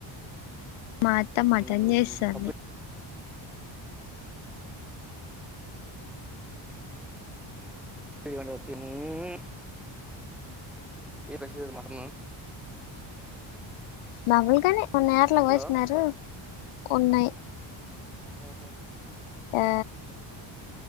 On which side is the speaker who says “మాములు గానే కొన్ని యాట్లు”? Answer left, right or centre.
Left